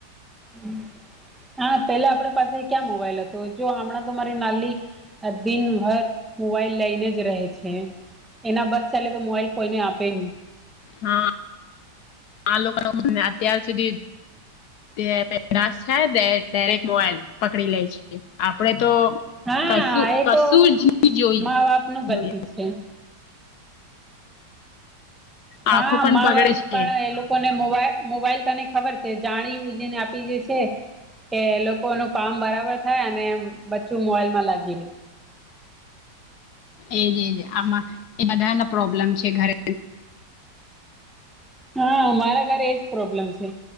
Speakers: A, in the centre; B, on the left.
A: હમ. હા પેલા આપડે પાસે ક્યાં મોબાઈલ હતો જો હમણાં તો મારી નાલી. આ દિનભર મોબાઈલ લાઇને જ રહેે છે. એના બસ ચાલે તો મોબઈલ કોઈને આપે નહી.
B: હા, આ લોકો અમને અત્યાર સુધી તે ડાયરેક્ટ મોબાઈલ પકડી લે છે, આપડે તો
A: હા
B: કસુ
A: એ
B: કશું
A: તો
B: જ જોઈ.
A: મા બાપ નું ગલતી છે
B: આંખો
A: હા
B: પણ
A: મા
B: બગડે
A: બાપ
B: છે
A: પણ એલું કોને મોબાઈ મોબાઈલ તને ખબર છે જાણી ઉજીને આપી જે છે. કે લોકો ન કામ બરાબર થાય અને બચ્ચું મોબાઈલમાં લાગી રે.
B: એજ એજ આમાં એ બધા ના પ્રોબ્લેમ છે ઘરે.
A: હા મારા ઘરે એજ પ્રોબ્લેમ છે.